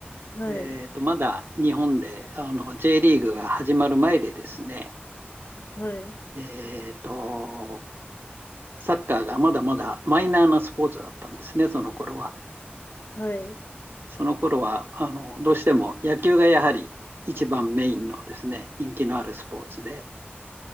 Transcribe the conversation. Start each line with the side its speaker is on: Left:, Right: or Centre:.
Left: はい。
Right: えーと、まだ日本であの J リーグが始まる前でですね、
Left: はい。
Right: えーと、サッカーがまだまだマイナーなスポーツだったんですね、その頃は。
Left: はい。
Right: その頃はあのどうしても野球がやはり一番メインのですね、人気のあるスポーツで、